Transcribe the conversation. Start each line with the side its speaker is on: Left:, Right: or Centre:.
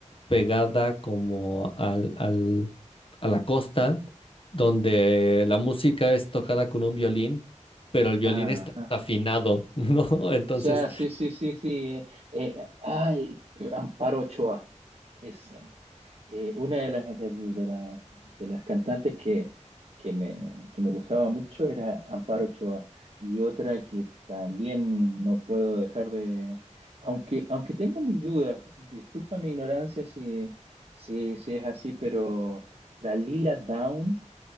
Left: pegada como al, al- a la costa, donde la música es tocada con un violín, pero el violín
Right: Ajá.
Left: está, afinado, <laughs> ¿no? Entonces,
Right: Ya, sí, sí, sí, sí. eh, eh, ay, Amparo Ochoa. Es eh, eh, una de las, del- de, la- de las cantantes que, que me, que me gustaba mucho era Amparo Ochoa. Y otra que también no puedo dejar de... Aunque, aunque tengo mis dudas, disculpa mi ignorancia si, si, si es así, pero la Lila Down.